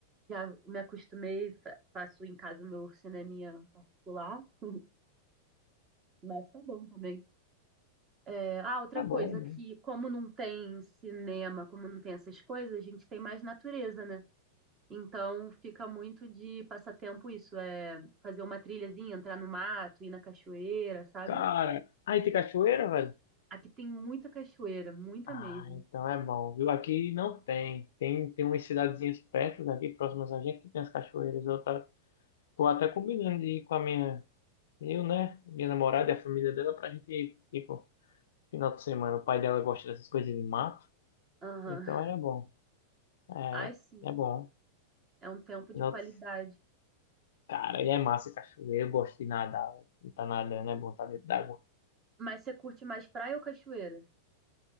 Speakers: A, on the right; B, on the left.
A: Já me acostumei, fa- faço em casa o meu cineminha particular, <laughs> mas tá bom também. É, ah, outra
B: Tá
A: coisa
B: bom, é bom.
A: que, como não tem cinema, como não tem essas coisas, a gente tem mais natureza, né? Então fica muito de passatempo isso, é fazer uma trilhazinha, entrar no mato, ir na cachoeira, sabe?
B: Cara, aí tem cachoeira, velho?
A: Aqui tem muita cachoeira, muita
B: Ah,
A: mesmo.
B: então é bom, viu? Aqui não tem. Tem, tem umas cidadezinhas perto daqui, próximas a gente, que tem as cachoeiras. Eu tá, tô até combinando de ir com a minha, eu, né? Minha namorada e a família dela pra gente ir, tipo, final de semana. O pai dela gosta dessas coisas de mato,
A: Aham.
B: então é bom. É,
A: Ai, sim.
B: é bom.
A: É um tempo
B: Final
A: de qualidade.
B: de- Cara, e é massa cachoeira. Eu gosto de nadar, e tá nadando, é bom estar dentro d'água.
A: Mas você curte mais praia ou cachoeira?